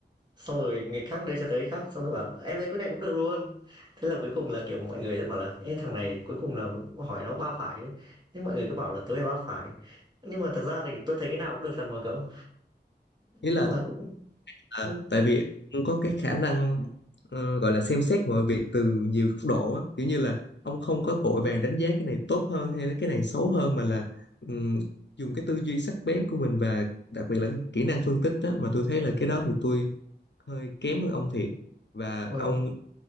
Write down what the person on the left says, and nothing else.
ý là,
là
tại vì ông có cái khả năng ờ, gọi là xem xét mọi việc từ nhiều góc độ á kiểu như là ông không có vội vàng đánh giá cái này tốt hơn hay là cái này xấu hơn mà là ừm, dùng cái tư duy sắc bén của mình và đặc biệt là cái kỹ năng phân tích đó mà tôi thấy là cái đó thì tôi hơi kém hơn ông thiệt và
ông